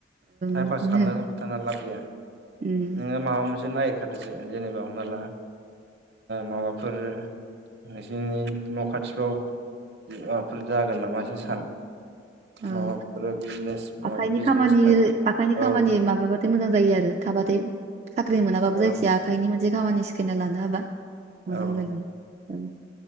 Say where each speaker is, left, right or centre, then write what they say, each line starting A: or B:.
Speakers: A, on the right (about 60°); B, on the right (about 35°).
A: टाइम
B: बिदिनो
A: पास खालामना थानान लाब गैया।
B: ओं
A: नोंङो माबा मोनसे नागिरखादोसो जेनेबा हमना ला। माबाफोर नोंसोरनि न' खाथिफ्राव माबाफोर जागोन नामा एसे सान।
B: ओं
A: माबाफोर बिजनेस माबा
B: आखाइनि
A: बिजनेस
B: खामानि
A: टाइप
B: आखाइनि खामानि
A: औ।
B: माबाबाथाय मोजां जायो आरो थाबाथाय साख्रि मोनाबाबो
A: औ
B: जायखिया आखाइनि मोनसे खामानि सिखायना लानो हाबा। मोजां
A: औ
B: जायोायो